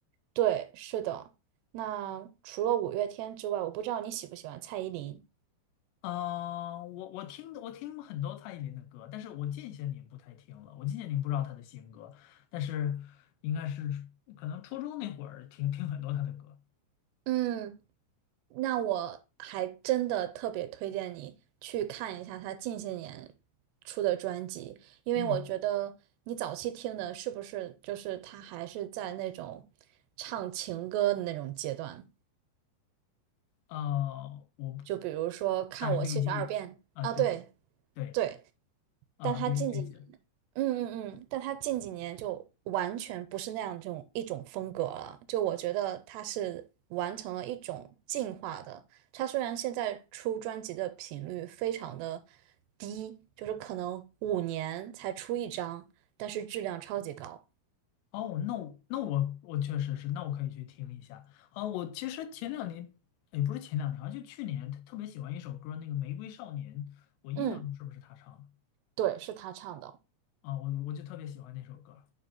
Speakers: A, on the right; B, on the left.
A: 对，是的。那除了五月天之外，我不知道你喜不喜欢蔡依林。
B: 啊，我我听我听很多蔡依林的歌，但是我近些年不太听了。我近些年不知道她的新歌，但是应该是可能初中那会儿听听很多她的歌。
A: 嗯，那我还真的特别推荐你去看一下他近些年出的专辑，因为我觉得你早期听的是不是就是他还是在那种唱情歌的那种阶段，
B: 嗯，啊，我
A: 就比如说《看我七十二变》啊，
B: 三十六计啊，对
A: 对
B: 对
A: 对，
B: 啊，
A: 但他近几年嗯嗯嗯，
B: 对这些。
A: 但他近几年就完全不是那样这种一种风格了。就我觉得他是完成了一种进化的。他虽然现在出专辑的频率非常的低，就是可能五年才出一张，但是质量超级高。
B: 哦，那我那我我确实是，那我可以去听一下啊。我其实前两年也不是前两年啊，好像就去年特别喜欢一首歌，那个《玫瑰少年》，我印象中是不是他唱的
A: 嗯，对，是他唱的。
B: 啊？我我就特别喜欢那首歌。